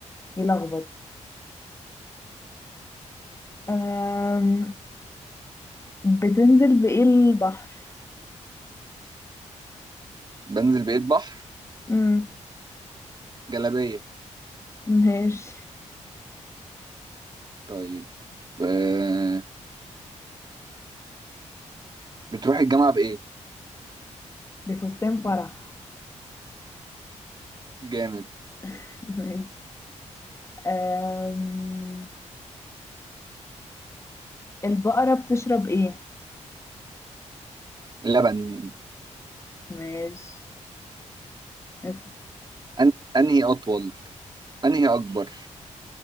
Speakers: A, on the left (about 20°); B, on the right (about 35°).
A: يلخبط أم... بتنزل بإيه البحر
B: بنزل بقيت بحر
A: مم.
B: جلابية
A: ماشي
B: طيب آه... بتروح الجامعة بإيه
A: بفستان فرح
B: جامد
A: <laughs> ماشي أم... البقرة بتشرب إيه
B: لبن
A: ماشي اسأل.
B: أن... أنهي أطول أنهي أكبر